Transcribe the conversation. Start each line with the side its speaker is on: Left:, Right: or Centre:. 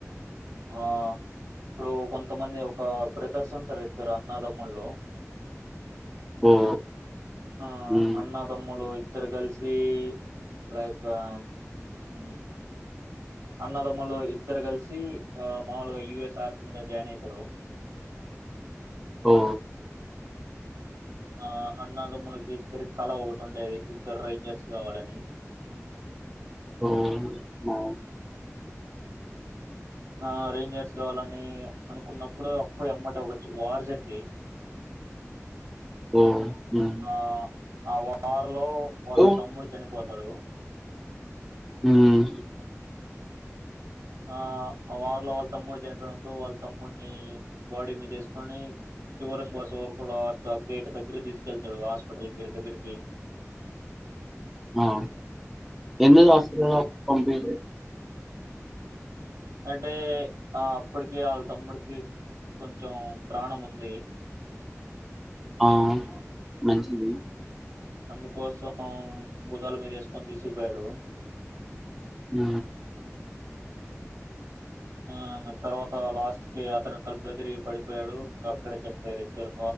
Right: ఆ ఇప్పుడు కొంతమంది. ఒక బ్రదర్స్ ఉంటారు ఇద్దరు అన్నదమ్ము ముళ్ళ
Centre: ఓ
Right: ఆ
Centre: ఉమ్,
Right: అన్నదమ్ములు ఇ ఇద్దరు కలిసి లైక్ ఉమ్ అన్నదమ్ములు ఇద్దరు కలిసి ఆ మాముూలుగా యూఎస్ ఆర్మీ మీద జాయిన్ అవుతారు.
Centre: ఓ
Right: ఆ అన్నదమ్ములకి ఇద్దరికీ కళ ఒకటి ఉండేది ఇద్దరు రేంజర్స్ కావాలని
Centre: ఓ అవునా
Right: ఆ రేంజర్స్ కావాలని అనుకున్నప్పుడు అప్పుడే ఎమ్మట ఒక వార్ జరీ
Centre: ఓ ఉమ్,
Right: ఆ ఆ వారు లో వాళ్ళ
Centre: ఓ
Right: తమ్ముడు చనిపోతా హలో
Centre: ఉమ్
Right: ఆ ఆ వార్ లో వాళ్ళ తమ్ముడు చనిపోయినప్పుడు వాళ్ళ తమ్ముడిని బాడీ మీద వేసుకొని చివర శ్వాస వరకు లాస్ట్ ఆ గేటు దగ్గర తీసుకెళ్తాడు. హాస్పిటల్ గేటు దగ్గరికి
Centre: ఆ ఎందుకు హాస్పిటల్ పాంటీ
Right: అంటే ఆ అప్పటికే వాళ్ళ తమ్ముడికి కొంచెం ప్రాణం ఉంది
Centre: ఆ మంచిది
Right: అందుకోసం భుజాల మీద వేసుకొని తీసుకుపోయాడు.
Centre: హు
Right: ఆ తర్వాత లాస్ట్ కి అతను కళ్ళుదిరిగి పడిపోయాడు. ఇంకా అక్కడే చనిపోయారు ఇద్దరు.